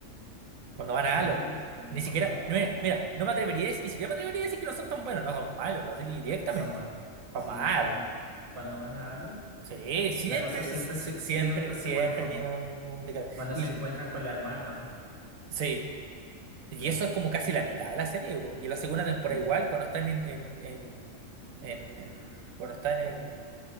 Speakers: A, on the right; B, on the right.
A: cuando van
B: Sí,
A: a Halo.
B: y
A: Ni
B: cu-
A: siquiera,
B: no,
A: no, mira, mira, no me atrevería a decir, ni siquiera me atrevería a decir que no son tan buenos, no son malos, así directamente.
B: son malas.
A: Son
B: Sí,
A: malos.
B: sí, cuando, cuando van a Halo,
A: Sí, siempre,
B: la cosa siempre
A: si-
B: se, siempre
A: siempre, siempre
B: se pone fome.
A: tiene un, un deca-
B: Cuando
A: Y,
B: se
A: le-
B: encuentran con la hermana, ¿o no?
A: Sí, Y
B: Mm,
A: eso es como casi la mitad de la serie, po. Y en la segunda temporada
B: sí,
A: igual, cuando están en, en, en, en- en- cuando están en.